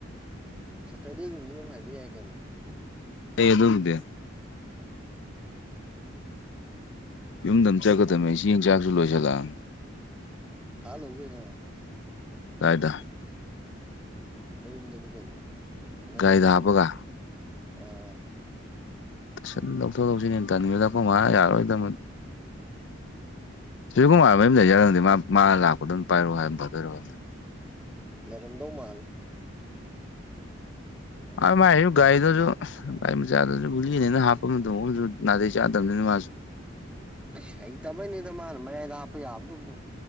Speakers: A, in the centre; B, on the left (about 65°).
A: ꯁꯦꯇꯔꯗꯦꯒꯨꯝꯕꯗ ꯑꯗꯨꯝ ꯍꯥꯏꯗ ꯌꯥꯏ ꯀꯩꯅꯣ
B: ꯌꯦ ꯑꯗꯨꯗ
A: ꯎꯝ ꯎꯝ
B: ꯌꯨꯝꯗ ꯑꯃ
A: ꯀꯅꯥ
B: ꯆꯠꯀꯗꯝꯕꯅꯦ
A: ꯈꯪꯗꯦ
B: ꯆ ꯆꯥꯛꯁꯨ ꯂꯣꯏꯁꯤꯜꯂꯛꯑꯅꯤ
A: ꯊꯥꯍꯥꯟ ꯂꯛꯎ ꯀꯩꯅꯣ
B: ꯀꯥꯏꯗ
A: ꯅꯌꯨꯝꯗꯅꯤ ꯀꯩꯅꯣ ꯅꯪ
B: ꯒꯥꯔꯤꯗ
A: ꯌꯨꯝꯗꯒꯤ
B: ꯍꯥꯞꯄꯒ
A: ꯑꯥ
B: ꯇꯨꯁꯟ ꯂꯧꯊꯣꯛ ꯂꯧꯁꯤꯅꯦ ꯇꯟꯅꯤꯡꯉ ꯂꯛꯄ ꯃꯥ ꯌꯥꯔꯣꯏꯗꯕꯅꯤ
A: ꯎꯝ
B: ꯁꯨꯔꯖꯤꯀꯨꯃꯥꯔ ꯃꯔꯤ ꯂꯩꯔꯒꯗꯤ ꯃꯥ ꯂꯥꯛꯄ ꯑꯗꯨꯝ ꯄꯥꯏꯔꯛꯑꯣ ꯍꯥꯏꯅ ꯐꯗꯣꯏꯔꯣꯗ
A: ꯂꯩꯔꯝꯗꯧ ꯃꯥꯜꯂꯦ ꯑꯥ
B: ꯑ ꯃꯥꯏ ꯒꯒꯥꯥꯏꯗꯨꯁꯨ ꯒꯥꯔꯤ ꯃꯆꯥꯗꯨꯁꯨ ꯒꯨꯂꯤꯅꯦꯅ ꯍꯥꯞꯄ ꯃꯇꯝ ꯑꯃꯁꯁꯨ ꯅꯥꯇꯩ ꯆꯥꯗꯕꯅꯤꯅ ꯃꯥꯁꯨ
A: ꯀꯁ ꯍꯩꯇꯕꯩꯅꯤꯗ ꯃꯥꯅ ꯃꯌꯥꯏꯗ ꯍꯥꯞꯄ ꯌꯥꯕꯗꯨꯕꯣ